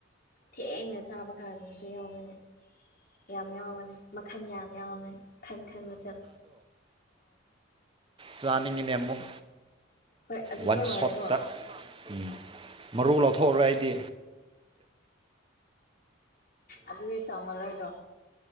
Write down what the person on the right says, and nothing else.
ꯆꯥꯅꯤꯡꯉꯤꯅꯦ ꯑꯃꯨꯛ
ꯋꯥꯟ
ꯁꯣꯠꯇ ꯎꯝ ꯃꯔꯨ ꯂꯥꯎꯊꯣꯛꯑꯔꯣꯏ ꯑꯩꯗꯤ